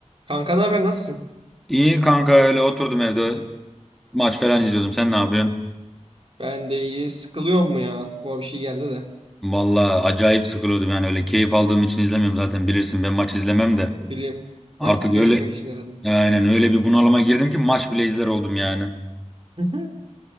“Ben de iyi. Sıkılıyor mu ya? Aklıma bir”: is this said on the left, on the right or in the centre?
Right